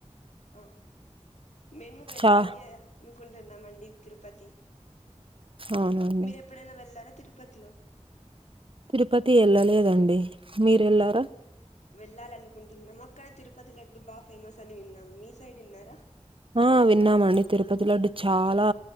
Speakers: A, on the left; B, on the right.
A: ఆ మేము వెళ్ళాలి
B: చా
A: అనుకుంటున్నామండి. తిరుపతి.
B: అవునండి
A: మీరు ఎప్పుడైనా వెళ్ళారా తిరుపతిలో
B: తిరుపతి ఎళ్ళలేదండి మీరు ఎళ్లారా
A: వెళ్ళాలినుకుంటున్నాం అక్కడ తిరుపతి లడ్డు బా ఫేమస్ అని విన్నాము మీ సైడ్ విన్నారా.
B: ఆ విన్నామండి తిరుపతి లడ్డు చాలా.